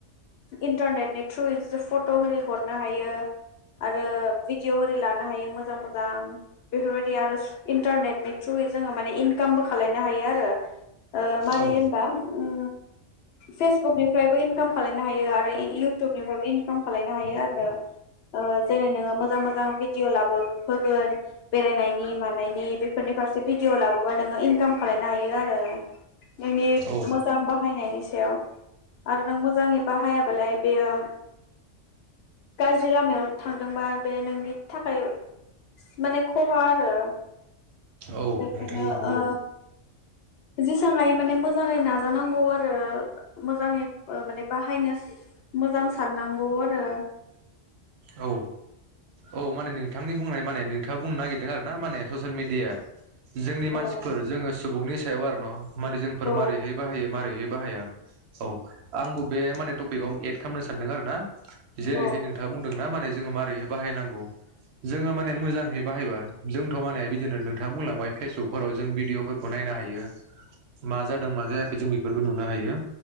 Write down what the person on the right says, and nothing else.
औ
औ
औ
नोंथां नंगौ
औ औ माने नों नोंथांनि बुंनाय माने नोंथाङा बुंनो नागिरदों आरोना माने ससियेल मिडिया जोंनि मानसिफोर
जोङो सुबुंनि सायाव आरो न' माने जोंफोर
मारैहाय बाहायो मारैाय बाहाया औ आंबो बे माने टपिकाव एड खामनो सानदों आरो ना। जेरैहाय
नों बुंदोंना माने जोङो मारै बाहायनांगौ जोङो माने मोजांहै बाहायबा जोंथ' माने बिदिनो नोंथाङा बुंलांबाय पेसबुकफोराव जों भिदिअ'फोर खौ नायनो हायो। मा जादों मा जायाखै जों बेफोरखौ नुनो हायो।